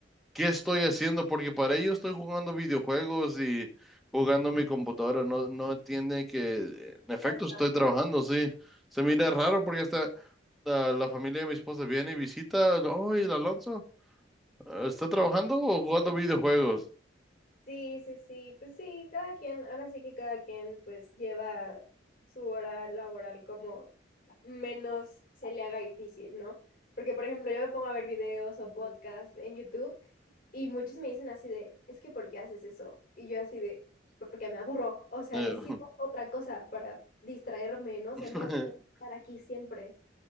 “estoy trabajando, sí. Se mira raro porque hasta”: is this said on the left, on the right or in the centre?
Centre